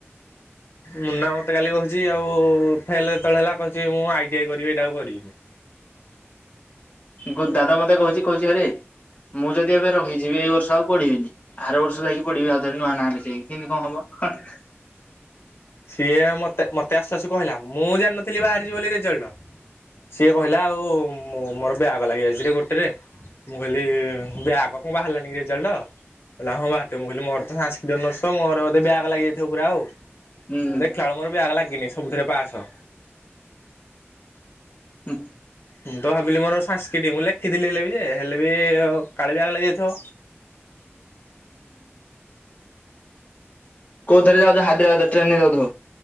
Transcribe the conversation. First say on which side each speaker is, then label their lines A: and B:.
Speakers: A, on the left; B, on the left.
A: ମୁନା ମତେ କାଲି କହୁଛି ଆଉ ଫେଲ ହେତେବେଳେ ହେଲା, କହୁଛି ମୁଁ ଆଇ <unintelligible> କରିବି ଏଇଟା ଆଉ କରିବିନି।
B: ଗୋଦାଡ଼ା ମତେ କହୁଛି, କହୁଛି ଆରେ। ମୁଁ ଯଦି ଏବେ ରହିଯିବି ଏଇ ବର୍ଷ ଆଉ ପଢିବିନି ଆର ବର୍ଷ ଯାଇକି ପଢିବି ଆଉଥରେ ନୂଆ ନାଁ ଲେଖେଇ କେମିତି କଣ ହବ। ହଟ୍।
A: ସିଏ ମତେ, ମତେ ଆସୁ ଆସୁ କହିଲା ମୁଁ ଜାଣିନଥିଲି ବାହାରିଛି ବୋଲି ରେଜଲ୍ଟ। ସିଏ କହିଲା ଆଉ ମୋର ବ୍ୟାଗ ଲାଗି ଯାଇଛି ରେ ଗୋଟେରେ। ମୁଁ କହିଲି ବ୍ୟାଗ କଣ ବାହାରିଲାନି କି ରେଜଲଟ? ହଲା ହଁ ବାହାରିଥିବ ମୁଁ କହିଲି ମୋର ତ ସାଂସ୍କ୍ରିଟ୍ ଅନ୍ରସ୍ ମୋର ବୋଧେ ବ୍ୟାଗ ଲାଗିଯାଇଥିବ ପୁରା ଆଉ। ମୁଁ
B: ହୁଁ।
A: ଦେଖେଲା ବେଳକୁ ମୋର ବ୍ୟାଗ ଲାଗିନି ସବୁଥିରେ ପାସ।
B: ହୁଁ ଉଁ
A: ମୁଁ ତ ଭାବିଲି ମୋର ସାଂସ୍କ୍ରିଟି ମୁଁ ଲେଖଥିଲି ହେଲେ ବି ଯେ ହେଲେ ଏ ଓ କାଳେ ବ୍ୟାଗ ଲାଗିଯାଇଥିବ।
B: କୋଉ ଥରେ ଯାଉଚ, ହାଇଦ୍ରାବାଦ ଟ୍ରେନ ରେ ଯାଉଥିବ।